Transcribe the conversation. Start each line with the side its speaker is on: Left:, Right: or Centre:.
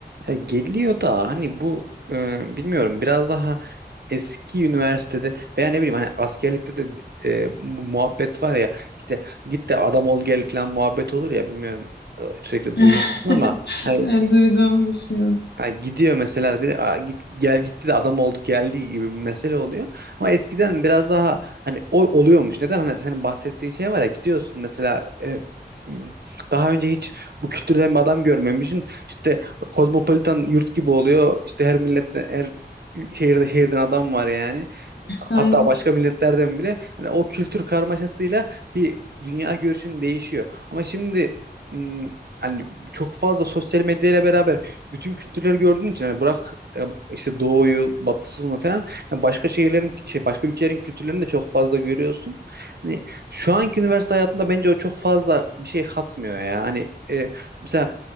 Right: ya geliyor da hani bu e, bilmiyorum biraz daha eski üniversitede veya ne bileyim hani askerlikte de e, bu muhabbet var ya işte git de adam ol gel falan muhabbet olur ya bilmiyorum e, sürekli
Left: <laughs>
Right: duyuyorsun ama hani
Left: Yani duyduğum bir şey
Right: Ha, gidiyor mesela arkadaş, "Aa, git, gel gitti de adam oldu geldi gibi bir mesele oluyor. Ama eskiden biraz daha hani o oluyormuş. Neden? Hani senin bahsettiğin şey var ya gidiyorsun mesela e, m, daha önce hiç bu kültürden bir adam görmemişsin. İşte kozmopolitan yurt gibi oluyor. İşte her milletten her şehirde şehirden adam var yani hatta
Left: oldu.
Right: başka milletlerden bile hani o kültür karmaşasıyla bir dünya görüşün değişiyor. Ama şimdi ım, hani çok fazla sosyal medyayla beraber bütün kültürleri gördüğün için hani bırak e, işte doğuyu, batısını falan hani başka şehirlerin şey başka ülkelerin kültürlerini de çok fazla görüyorsun. Hani şu anki üniversite hayatında bence o çok fazla bir şey katmıyor ya. Hani e, mesela